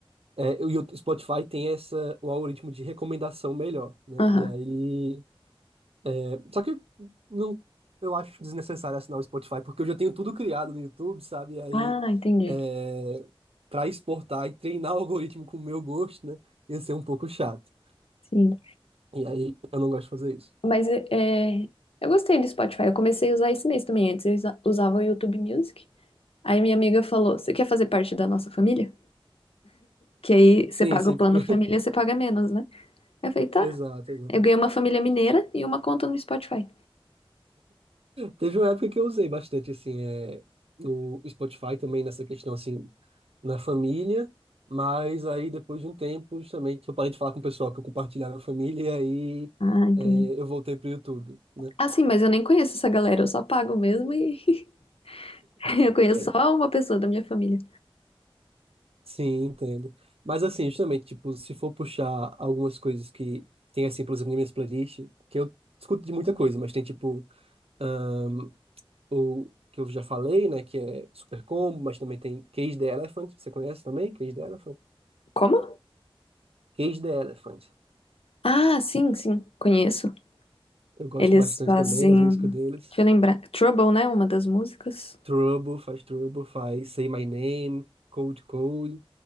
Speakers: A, on the right (about 80°); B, on the left (about 75°).
A: É, e o Spotify tem essa, o algoritmo de recomendação melhor, né?
B: Aham.
A: E aí. é, só que não, eu acho desnecessário assinar o Spotify, porque eu já tenho tudo criado no YouTube, sabe? E aí,
B: Ah, entendi.
A: é, para exportar e treinar <laughs> o algoritmo com o meu gosto, né? Ia ser um pouco chato.
B: Sim.
A: E aí, eu não gosto de fazer isso.
B: Mas é, eu gostei do Spotify. Eu comecei a usar esse mês também. Antes eu usa- usava o YouTube Music. Aí minha amiga falou: Você quer fazer parte da nossa família? Que aí
A: Sim,
B: você paga
A: sim,
B: o plano
A: porque. <laughs>
B: família, você paga menos, né? Aí eu falei: Tá.
A: Exato, exato.
B: Eu ganhei uma família mineira e uma conta no Spotify.
A: Teve uma época que eu usei bastante, assim, é, o Spotify também nessa questão, assim, na família, mas aí depois de um tempo, justamente, eu parei de falar com o pessoal que eu compartilhava na família, e aí
B: Ah, entendi.
A: é, eu voltei pro YouTube, né?
B: Ah, sim, mas eu nem conheço essa galera, eu só pago mesmo e <laughs> eu conheço
A: Ok.
B: só uma pessoa da minha família.
A: Sim, entendo. Mas assim, justamente, tipo, se for puxar algumas coisas que tem, assim, por exemplo, nas minhas playlists, que eu escuto de muita coisa, mas tem, tipo, ah, o que eu já falei, né, que é Super Combo, mas também tem Cage the Elephant, você conhece também? Cage the Elephant?
B: Como?
A: Cage the Elephant.
B: Ah, sim, sim, conheço.
A: Eu gosto
B: Eles
A: bastante
B: fazem.
A: também das músicas deles.
B: Deixa eu lembrar. Trouble, né? Uma das músicas.
A: Trouble, faz Trouble, faz Say My Name, Cold Cold,